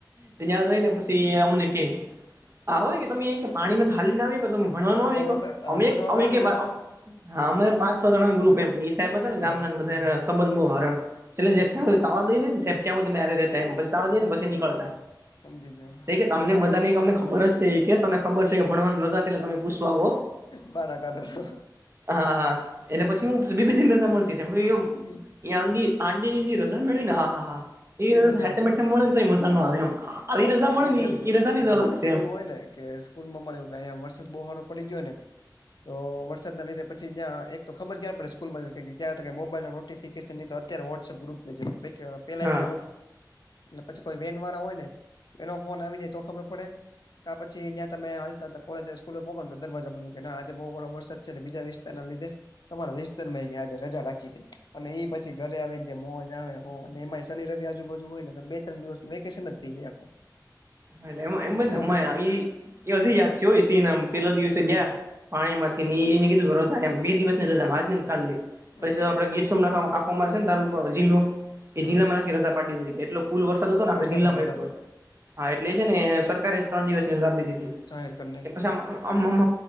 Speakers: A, on the right; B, on the left.
A: ત્યાં જઈને પછી ઈ અમને કે આવોય કે તમે ઈ કે પાણીમાં થી હાલી ને આવી હકો તમ ભણવાનું હોય
B: પણ
A: ક
B: આ
A: અમેક
B: ભણવા
A: અમેકે
B: આવી
A: અ હમે પાસે ગણાનું ગ્રુપ એમ ઇ સાયેબ અતા
B: હા
A: ને ગામના ન બધા એના સંબંધ બો હારા એમ <unintelligible>
B: હમ
A: ત્યા હુદી મેરે રેતા એમ પછી તાવા દેન પછી નીકળતા
B: હમજી ગયો
A: તે કે તમને બધાની ક અમને ખબર જ સે ઈ કે તમને ખબર છે કે ભણવાનું રજા સે એટલે તમે પૂછવા આવો
B: બાના કાઢો
A: હા હા એને પછી હું બી બધીની રજા મળતીમ
B: હું
A: ઈ આટ દી આટ દી ની જી રજા મળી ને આ હા હા એ રજા
B: મજા
A: ત હેઠે
B: આવે
A: મેઠે મલે ને તોય મજા ન આવે એમ આવી
B: અમા
A: રજા
B: અમારેય
A: મળે ને
B: એવું
A: રજાની
B: એ
A: જ
B: જે
A: અલગ
B: સ્કૂલ
A: છે એમ
B: હોય ને કે સ્કુલમાં મળે એમ કાઈ આ વરસાદ બો હારો પડી ગયો ને તો વરસાદ ના લીધે પછી જ્યાં એક તો ખબર ક્યારે પડે સ્કૂલમાં છે યારે મોબાઈલ નોટીફ ફિકેસન ઇ તો અત્યારે વોટ્સએપ ગ્રુપ પેલા
A: હા
B: એવું કઇ નો તું ને પછી કોઈ વેન વારા હોય ને એનો ફોન આવી જાય તો ખબર પડે આ પછી જ્યાં તમે હાલતા તા કોલેજે સ્કૂલે ભોગવા દરવાજા બ કે આજે બો ઘણો વરસાદ છેટલે બીજા દિવસે તેના લીધે તમારા વિસ્તર આજે રજા રાખી છે અને ઈ પછી ઘરે આવીને જે મોજ આવે હો અને એમાંય શનિ રવિ આજુ બાજુ હોય ને તો બે ત્રણ દિવસ વેકેશન જ થઈ જાય આખું
A: હા એલે એમ જ ને
B: ગજબ
A: એમાં ઇ હજી યાદ છે હોય સિન આમ પેલો દિવસે
B: હમ
A: ગયા પાણી માંથી ન ઇ ઇને કીધું રજા એમ બે દિવસ ની રજા આજ ની ન કાલની
B: હમ
A: પછી તો આપડે ગીર સોમથ આ અમારે છે ન તાલુકો જિલ્લો એ
B: હા
A: જિલ્લા માંખી રજા પડી દીધી કે એટલો ફૂલ વરસાદ હતો
B: વરસાદ
A: જિલ્લામાં
B: નું વધારે
A: એટલો હા એટલે છે ને સરકારે ત્રણ દિવસની રજા આપી દીધી
B: જાહેર કરી નાખ્યું
A: પછી આમ આમમમમ